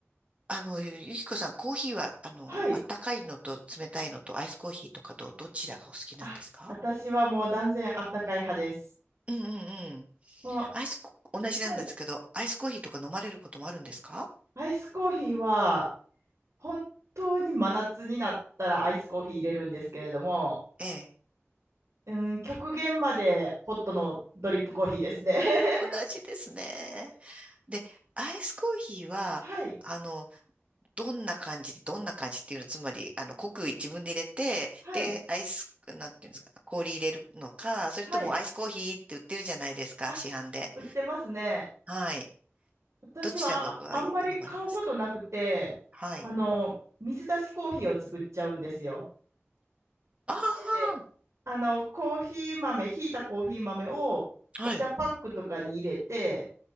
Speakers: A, on the right; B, on the right.
A: あの、ゆゆきこさん、コーヒーは、あの、
B: はい。
A: あったかいのと冷たいのとアイスコーヒーとかとどちらがお好きなんですか
B: あ、私はもう断然あったかい派です。
A: うんうんうん。
B: もう、
A: アイスコ、同じなんですけど、
B: はい。
A: アイスコーヒーとか飲まれることもあるんですか
B: アイスコーヒーは本当に真夏になったらアイスコーヒー入れるんですけれども、
A: ええ。
B: うん、極限までホットのドリップコーヒーですね。<laughs>
A: 同じですね。で、アイスコーヒーは、
B: はい。
A: あの、どんな感じで、どんな感じっていうのは、つまり、あの、濃く自分で入れて、
B: はい。
A: で、アイス、なんていうんですか、氷入れるのか、それともアイスコーヒーって売ってるじゃないですか、
B: はい。あ、
A: 市販で。
B: 売ってますね。
A: はい。
B: 私はあんまり買うことなくて、
A: どちらがよく飲まれますかはい。
B: あの、水出しコーヒーを作っちゃうんですよ。
A: あ
B: 家で。あの、コーヒー豆、ひいたコーヒー豆をお茶パックとかに入れて、
A: あ、はい。